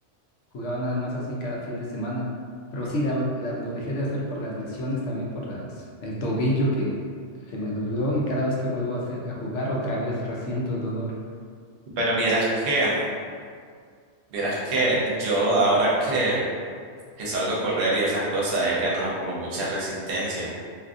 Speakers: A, on the left; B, on the right.
A: Jugaba nada más así cada fin de semana. Pero sí, la- la- lo dejé de hacer por las lesiones, también por las, el tobillo que se me dobló y cada vez que vuelvo a hacer, a jugar, otra vez resiento el dolor.
B: Pero vieras que, vieras que yo ahora que, que salgo a correr y esas cosas, he ganado como mucha resistencia.